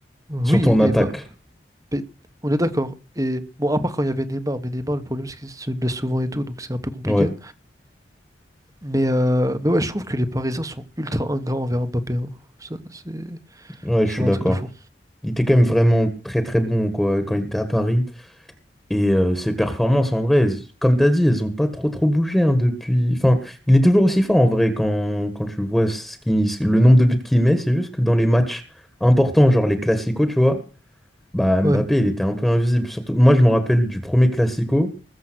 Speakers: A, on the right; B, in the centre.
A: Oui,
B: Surtout en
A: et
B: attaque.
A: bah, mais on est d'accord. Et bon, à part quand il y avait Neymar, mais Neymar, le problème, c'est qu'il se blesse souvent et tout, donc c'est un peu compliqué.
B: Ouais.
A: Mais, euh, mais ouais, je trouve que les Parisiens sont ultra ingrats envers Mbappé. hein. Ça, c'est
B: Ouais,
A: c'est
B: je suis
A: un
B: d'accord.
A: truc de fou.
B: Il était quand même vraiment très très bon quoi quand il était à Paris. Et euh, ses performances en vrai, elles- comme t'as dit, elles ont pas trop trop bougé hein, depuis. Enfin, il est toujours aussi fort en vrai quand, quand tu vois ce qui... le nombre de buts qu'il met. C'est juste que dans les matchs importants, genre les classicos, tu vois, bah Mbappé,
A: Ouais.
B: il était un peu invisible. Surtout, moi je me rappelle du premier classico